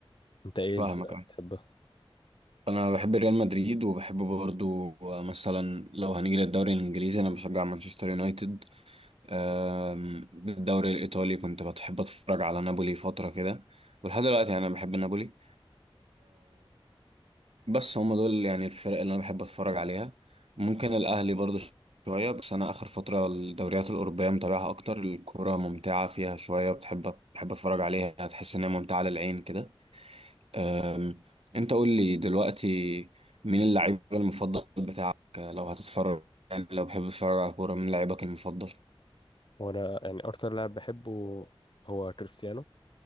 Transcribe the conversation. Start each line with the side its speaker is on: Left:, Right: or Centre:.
Left: انت ايه
Right: فاهمك
Left: الفرقه
Right: اه.
Left: بتحبها
Right: انا بحب ريال مدريد وبحب برضو مثلا لو هنيجي للدوري الانجليزي انا بشجع مانشستر يونايتد ام، بالدوري الايطالي كنت بحب اتفرج على نابولي فترة كده ولحد دلوقتي يعني انا بحب نابولي بس هم دول يعني الفرق اللي انا بحب اتفرج عليها ممكن الاهلي برضو ش- شويه بس انا اخر فتره الدوريات الاوروبيه متابعها اكتر الكوره ممتعه فيها شويه بتحب بحب اتفرج عليها هتحس ان هي ممتعه للعين كده أم، انت قول لي دلوقتي مين اللعيب المفضل بتاعك لو هتتفرج يعني لو بحب تتفرج على كوره مين لعيبك المفضل
Left: وانا يعني اكتر لاعب بحبه هو كريستيانو